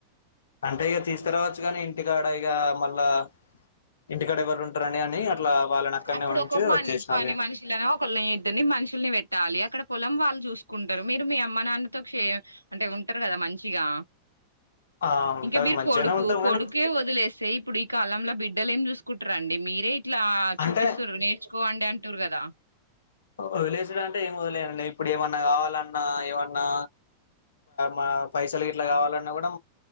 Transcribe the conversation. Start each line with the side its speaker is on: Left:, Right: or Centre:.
Left: అంటే ఇక తీసుకురావచ్చు కాని ఇంటికాడ ఇక మళ్ళా ఇంటికాడ ఎవరు ఉంటారని అని అట్లా వాళ్ళని అక్కడనే
Right: అప్పుడు
Left: ఉంచి
Right: ఒకొ
Left: వచ్చేసినాం
Right: మని
Left: మేము
Right: మనుషులని ఒకళని ఇద్దని మనుషుల్ని పెట్టాలి అక్కడ పొలం వాళ్ళు చూసుకుంటారు మీరు మీ అమ్మ నాన్నతో కష అంటే ఉంటారు కదా మంచిగా
Left: ఆ ఉంటాం
Right: ఇంకా మీరు
Left: మంచిగానే
Right: కొడుకు
Left: ఉంటాం
Right: కొడుకే
Left: కానీ
Right: వదిలేస్తాయి ఇప్పుడు ఈ కాలంంలో బిడ్డలే ఏం చూసుకుంటారండి మీరే ఇట్లా
Left: అంటే
Right: చూపిస్తుారు నేర్చుకోండి అంటుారు కదా
Left: వదిలేసుడు అంటే ఏ మదలే ఇప్పుడు ఏమన్నా కావాలన్నా ఏమన్నా మా పైసలు ఇట్లా కావాలన్నా కూడా